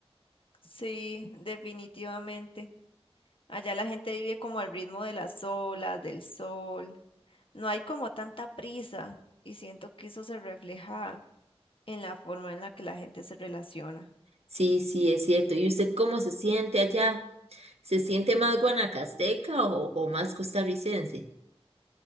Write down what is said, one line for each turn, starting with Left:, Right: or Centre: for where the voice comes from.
Left: Sí, definitivamente. Allá la gente vive como al ritmo de las olas, del sol. No hay como tanta prisa y siento que eso se refleja en la forma en la que la gente se relaciona.
Right: Sí, sí, es cierto. ¿Y usted cómo se siente allá? ¿Se siente más guanacasteca o, o más costarricense?